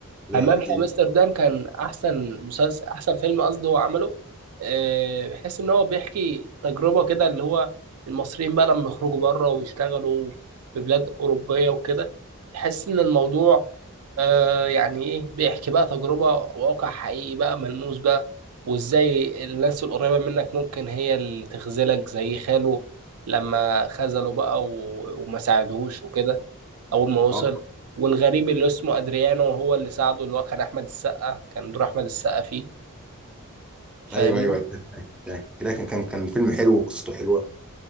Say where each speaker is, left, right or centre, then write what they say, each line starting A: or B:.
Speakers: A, in the centre; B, on the right (about 80°).
A: الجامعة
B: حمام
A: الامريكيه
B: في امستردام كان احسن مسلسل احسن فيلم قصدي هو عمله آه، بحيث ان هو بيحكي تجربه كده اللي هو المصريين بقى لما يخرجوا بره ويشتغلوا في بلاد اوروبيه وكده تحس ان الموضوع آه، يعني ايه بيحكي بقى تجربه واقع حقيقي بقى ملموس بقى وازاي الناس القريبه منك ممكن هي اللي تخذلك زي خاله لما خذله بقى و- وما ساعدهوش وكده اول ما وصل
A: اه
B: والغريب اللي اسمه ادريانو هو اللي ساعده اللي هو كان احمد السقا كان دور احمد السقا فيه فاهمني
A: ايوه ايوه كده كان كان كان فيلم حلو وقصته حلوه